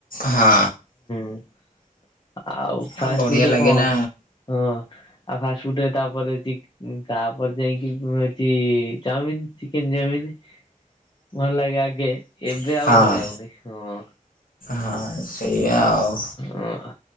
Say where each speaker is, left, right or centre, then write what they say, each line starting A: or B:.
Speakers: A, on the left; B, on the left.
A: ହଁ।
B: <inaudible> ଆଉ ଫାଷ୍ଟ
A: ଆ ବଢ଼ିଆ
B: ଫୁଡରେ
A: ଲାଗେ
B: କଣ?
A: ନା।
B: ହଁ। ଆଉ ଫାଷ୍ଟ ଫୁଡରେ ତାପରେ ତାପରେ ଯାଇକି ହଉଛି ଚାଉମିନ, ଚିକେନ। ଚାଉମିନ ଭଲ ଲାଗେ ଆଗେ ଏବେ
A: ହଁ।
B: ଆଉ ଭଲ ଲାଗୁନି। ହଁ।
A: ହଁ ସେଇଆ
B: ହଁ
A: ଆଉ